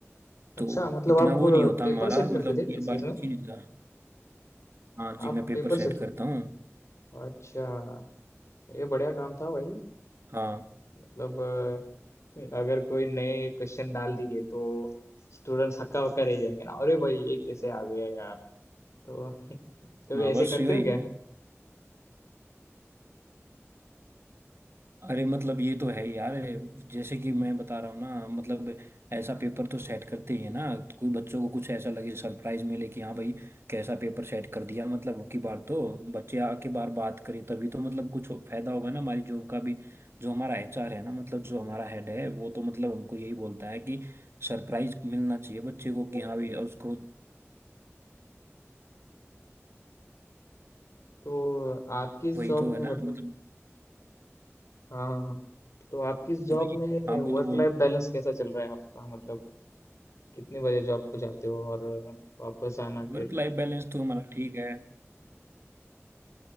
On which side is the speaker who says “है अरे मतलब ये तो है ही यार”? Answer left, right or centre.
Right